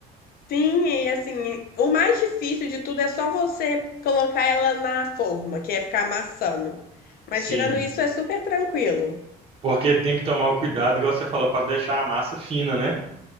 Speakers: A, on the left; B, on the right.
A: Sim, e assim, o mais difícil de tudo é só você colocar ela na forma, que é ficar amassando.
B: Sim.
A: Mas tirando isso, é super tranquilo.
B: Porque tem que tomar o cuidado, igual você falou, para deixar a massa fina, né?